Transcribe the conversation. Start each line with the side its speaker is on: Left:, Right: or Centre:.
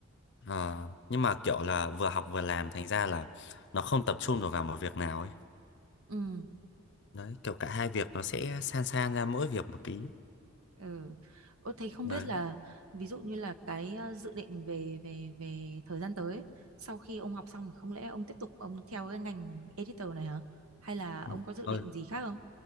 Left: Ờ, nhưng mà kiểu là vừa học vừa làm thành ra là nó không tập trung được vào một việc nào ấy
Right: ừ
Left: đấy kiểu cả hai việc nó sẽ san san ra mỗi việc một tí
Right: Ừ. Ủa, Thấy không
Left: đấy
Right: biết là ví dụ như là cái ờ, dự định về về về thời gian tới ấy, sau khi ông học xong thì không lẽ ông tiếp tục ông theo cái ngành editor này hả? Hay là ông
Left: ừ.
Right: có dự
Left: Ờ,
Right: định gì khác không?